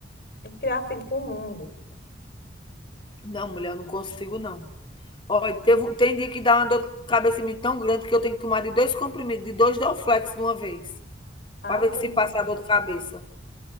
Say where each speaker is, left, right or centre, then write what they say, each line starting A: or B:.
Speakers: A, on the left; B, on the left.
A: Tem que criar filho para o mundo.
B: Não, mulher, eu não consigo, não. Olha, teve um- tem dia que dá uma dor de cabeça em mim tão grande que eu tenho que tomar de dois comprimidos, de dois Dorflex de uma vez, para
A: Ave
B: ver se
A: Maria.
B: passa a dor de cabeça.